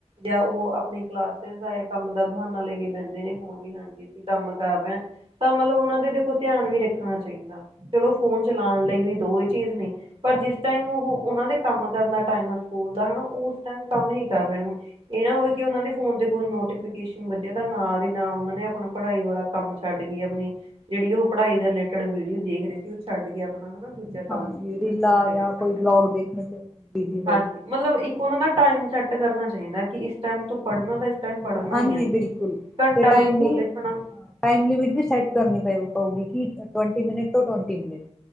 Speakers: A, on the right; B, in the centre.
A: ਜਾਂ ਉਹ ਆਪਣੇ ਕਲਾਸਿਸ ਦਾ ਕੰਮ ਦਾ ਬਹਾਨਾ ਲੈ ਕੇ ਬਹਿੰਦੇ ਨੇ। ਹਾਂਜੀ -ਹਾਂਜੀ ਅਸੀਂ ਕੰਮ ਕਰ ਰਹੇ ਤਾਂ ਮਤਲਬ ਉਹਨਾਂ ਦਾ ਦੇਖੋ ਧਿਆਨ ਵੀ ਰੱਖਣਾ ਚਾਹੀਦਾ, ਚਲੋ ਫੋਨ ਚਲਾਉਣ ਲਈ ਵੀ ਦੋ ਹੀ ਚੀਜ਼ ਨੀ। ਪਰ ਜਿਸ ਟਾਈਮ ਉਹੋ ਓਹਨਾ ਦੇ ਕੰਮ ਕਰਨ ਦਾ ਟਾਈਮ ਸਕੂਲ ਦਾ ਓਸ ਟਾਈਮ ਕਮ ਹੀ ਕਰ ਰਹੇ ਹੋਣ। ਇਹ ਨਾ ਹੋਵੇ ਕਿ ਉਹਨਾ ਦੇ ਫੋਨ ਤੇ ਕੋਈ ਨੋਟੀਫਿਕੇਸ਼ਨ ਵਜੇ ਨਾਲ ਹੀ ਨਾਲ ਉਹਨਾਂ ਨੇ ਆਪਣਾ ਪੜ੍ਹਾਈ ਵਾਲਾ ਕੰਮ ਛੱਡ ਗਈ, ਆਪਣੀ ਜਿਹੜੀ ਉਹ ਪੜ੍ਹਾਈ ਦੇ ਰਿਲੇਟਿਡ ਵੀਡੀਓ ਦੇਖ ਰਹੇ ਸੀ, ਉਹ ਛੱਡ ਗਿਆ ਆਪਣਾ ਹਨਾ? ਦੂਜਾ ਕੰਮ
B: ਹਾਂਜੀ, ਰੀਲਾਂ
A: ਦੂਜੀ ਚੀਜ਼ਾਂ
B: ਜਾਂ
A: ਦੇਖਣ
B: ਕੋਈ
A: ਲੱਗ
B: ਬਲੋਗ
A: ਗਏ
B: ਦੇਖਣ ਚ ਬਿਜੀ ਹੋਏ
A: ਹਾਂਜੀ ਮਤਲਬ ਇਕ ਉਹਨਾ ਦਾ ਟਾਈਮ ਸੈਟ ਕਰਨਾ ਚਾਹੀਦਾ, ਕਿ ਇਸ ਟਾਈਮ- ਪੜ੍ਹਨਾ ਤਾਂ ਇਸ ਟਾਈਮ ਪੜ੍ਹਨਾ
B: ਹਾਂਜੀ
A: ਹੀ ਹੈ।
B: ਬਿਲਕੁਲ
A: ਘੰਟਾ
B: ਤੇ ਟਾਈਮ
A: ਤੋਂ ਫੋਨ
B: ਵੀ
A: ਦੇਖਣਾ-
B: ਟਾਈਮ ਲਿਮਿਟ ਵੀ ਸੈੱਟ ਕਰਨੀ ਪੈ ਪਊਗੀ, ਕਿ ਟਵੈਨਟੀ ਮਿੰਟ ਤੋਂ ਟਵੈਨਟੀ ਮਿਟ-